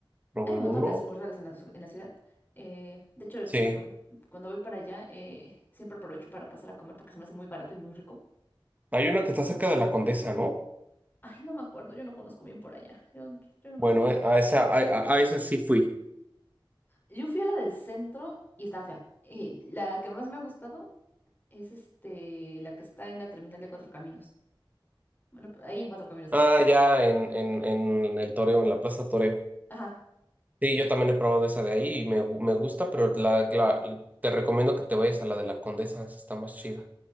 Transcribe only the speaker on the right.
probé
uno.
Sí,
hay una que está cerca de la Condesa, ¿no?
Bueno,
eh, a esa, a, a- a esa sí fui.
Ah,
ya en, en, en el Toreo, en la Plaza Toreo.
Sí, yo también he probado esa de ahí y me, gu- me gusta, pero la, la- te recomiendo que te vayas a la de la Condesa, esa está más chida,